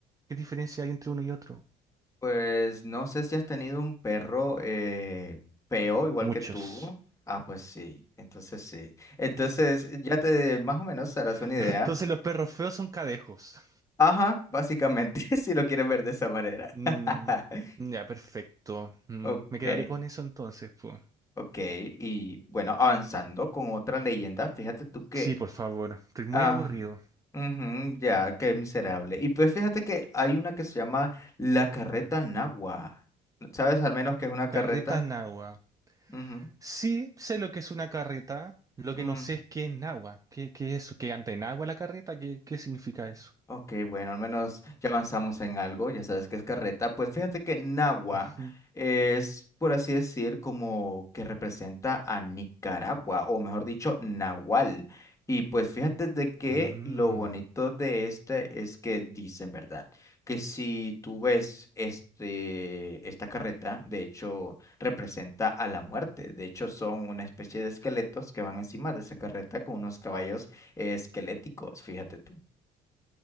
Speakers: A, on the right (about 20°); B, on the left (about 20°).
A: ¿qué diferencia hay entre uno y otro?
B: Pues no sé si has tenido un perro eh, feo igual
A: Muchos.
B: que tú. Ah, pues sí, entonces sí. Entonces ya te más o menos harás una
A: <laughs>
B: idea.
A: Entonces los perros feos son cadejos.
B: Ajá, básicamente, <laughs> si lo quieres ver de esa manera.
A: Mm,
B: <laughs>
A: ya, perfecto. Mm,
B: Ok,
A: me quedaré con eso entonces, pues.
B: ok. Y bueno, avanzando con otra leyenda, fíjate tú que...
A: Sí, por favor. Estoy muy
B: Ah,
A: aburrido.
B: ujú, ya, qué miserable. Y pues fíjate que hay una que se llama la carreta nagua. ¿Sabes al menos que es una carreta?
A: Carreta Nahua.
B: Ujú,
A: Sí, sé lo que es una carreta. Lo
B: mm.
A: que no sé es qué es Nahua. ¿Qué, qué es eso? ¿Qué anda en agua la carreta? ¿Qué, qué significa eso?
B: Ok, bueno, al menos ya avanzamos en algo, ya sabes que es carreta. Pues fíjate que Nagua
A: Ujú.
B: es, por así decir, como que representa a Nicaragua, o mejor dicho, Nahual. Y pues fíjate de que
A: Mm.
B: lo bonito de este es que dicen, ¿verdad? Que si tú ves este, esta carreta, de hecho, representa a la muerte. De hecho, son una especie de esqueletos que van encima de esa carreta con unos caballos eh, esqueléticos, fíjate tú.